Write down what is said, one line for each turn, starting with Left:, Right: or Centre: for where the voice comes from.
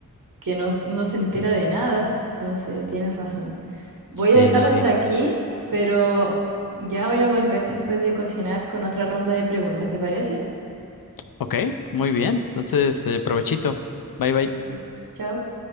Right: que no, no se entera de nada. Entonces, tienes razón. Voy
Left: Sí,
Right: a dejarlo
Left: sí, sí.
Right: hasta aquí, pero ya voy a volver después de cocinar con otra ronda de preguntas, ¿te parece?
Left: Ok, muy bien. Entonces, eh, provechito. Bye, bye.
Right: Mm. Chao.